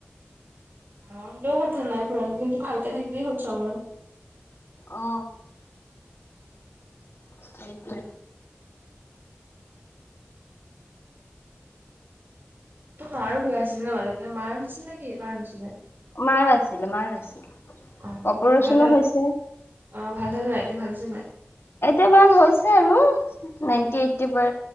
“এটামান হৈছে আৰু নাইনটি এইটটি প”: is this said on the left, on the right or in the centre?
Left